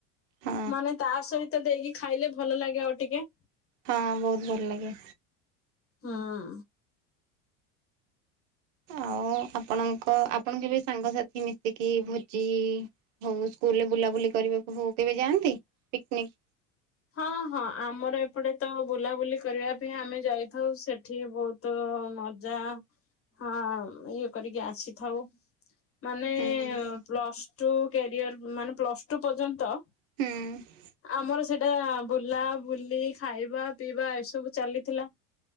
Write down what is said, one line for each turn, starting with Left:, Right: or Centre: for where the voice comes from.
Right: ହଁ
Left: ମାନେ ତା ସହିତ ଦେଇକି ଖାଇଲେ ଭଲ ଲାଗେ ଆଉ ଟିକେ।
Right: ହଁ ବହୁତ ଭଲ ଲାଗେ।
Left: ହଁ।
Right: ଆଉ ଆପଣଙ୍କ ଆପଣ କେବେ ସାଙ୍ଗସାଥି ମିଶିକି ଭୋଜି। ହଉ ସ୍କୁଲ ରେ ବୁଲାବୁଲି କରିବାକୁ ହଉ କେବେ ଯାଆନ୍ତି ପିକନିକ
Left: ହଁ ହଁ ଆମର ଏପଟେ ତ ବୁଲାବୁଲି କରିବା ପାଇଁ ଆମେ ଯାଇଥାଉ ସେଠି ବହୁତ। ତ ମଜା ହଁ ଇଏ କରିକି ଆସିଥାଉ। ମାନେ
Right: ହୁଁ
Left: ପ୍ଲସ ଟୁ କ୍ୟାରିଅର ମାନେ ପ୍ଲସ୍ ଟୁ ପର୍ଯ୍ୟନ୍ତ।
Right: ହୁଁ।
Left: ଆମର ସେଟା ବୁଲା ବୁଲି ଖାଇବା ପିଇବା ଏସବୁ ଚାଲିଥିଲା।